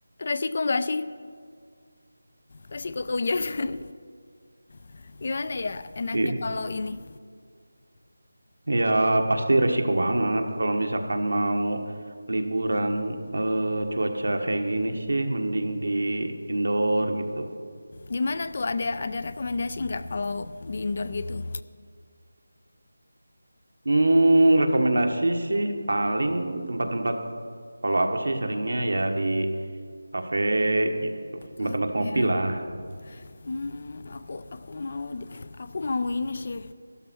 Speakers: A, on the left; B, on the right.
A: resiko nggak sih? Resiko kehujanan. <laughs> Gimana ya enaknya
B: Iya.
A: kalau ini?
B: Ya pasti resiko banget kalau misalkan mau liburan eh, cuaca kayak gini sih mending di indoor gitu.
A: Di mana tuh ada ada rekomendasi nggak kalau di indoor gitu?
B: Hmm, rekomendasi sih paling tempat-tempat kalau aku sih seringnya ya di kafe gitu, tempat-tempat
A: Apa
B: ngopi
A: ya?
B: lah.
A: Hmm, aku aku mau di- aku mau ini sih.